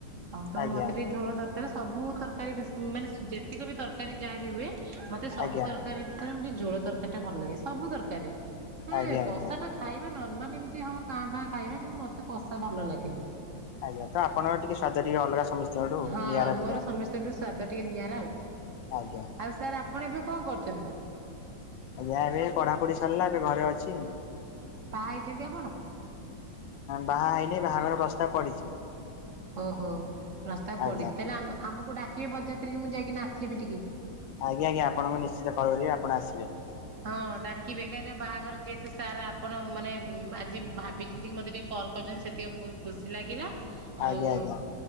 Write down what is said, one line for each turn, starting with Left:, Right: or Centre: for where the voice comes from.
Right: ଆଉ ତ
Left: ଆଜ୍ଞା
Right: ମୋତେ
Left: ଆଜ୍ଞା
Right: ଟିକେ ଝୋଳ ଦରକାର ସବୁ ତରକାରୀ ମାନେ ଯେତିକ ବି ତରକାରୀ ଯାହାବି ହୁଏ। ମତେ ସବୁ
Left: ଆଜ୍ଞା
Right: ତରକାରୀ ଭିତରେ ଗୋଟେ ଝୋଳ ତରକାରୀ ଟା ଭଲ ଲାଗେ ସବୁ ତରକାରୀ ଏ
Left: ଆଜ୍ଞା ଆଜ୍ଞା।
Right: କଷା ଟା ଖାଇବା ନର୍ମାଲ ଏମିତି ହଁ କାଁ ଭାଁ ଖାଇବା କିନ୍ତୁ ମୋତେ କଷା ଭଲ ଲାଗେନି।
Left: ଆଜ୍ଞା ତ ଆପଣଙ୍କର ଟିକେ ସ୍ୱାଦ ଟିକେ ଅଲଗା ସମସ୍ତଙ୍କଠୁ
Right: ହଁ
Left: ନିଆରା
Right: ମୋର
Left: ଟିକେ
Right: ସମସ୍ତଙ୍କଠୁ ସ୍ଵାଦ ଟିକେ ନିଆରା ଆଉ।
Left: ଆଜ୍ଞା।
Right: ଆଉ ସାର୍ ଆପଣ ଏବେ କଣ କରୁଛନ୍ତି?
Left: ଆଜ୍ଞା ଏବେ ପଢ଼ା ପଢ଼ି ସରିଲା ଏବେ ଘରେ ଅଛି।
Right: ବାହା ହେଇଛନ୍ତି ଆପଣ?
Left: ବାହା ହେଇନି ବାହାଘର ପ୍ରସ୍ତାବ ପଡିଛି।
Right: ଓହୋ ପ୍ରସ୍ତାବ
Left: ଆଜ୍ଞା
Right: ପଡିଛି ତାହେଲେ ଆ ଆମକୁ ଡାକିବେ ବର ଯାତ୍ରୀରେ ମୁଁ ଯାଇକି ନାଚିବି ଟିକେ।
Left: ଆଜ୍ଞା ଆଜ୍ଞା ଆପଣଙ୍କୁ ନିଶ୍ଚିତ କଲ୍ କରିବି ଆପଣ ଆସିବେ।
Right: ହଁ ଡାକିବେ କାହିଁକି ନା ବାହାଘର ଯେହେତୁ ସାରା ଆପଣ ମାନେ ଆଜି ଭାବି ଚିନ୍ତିକି ମତେ ଟିକେ କଲ୍ କରିଛନ୍ତି ସେତିକି ବହୁତ ଖୁସି ଲାଗିଲା।
Left: ଆଜ୍ଞା
Right: ଆଉ
Left: ଆଜ୍ଞା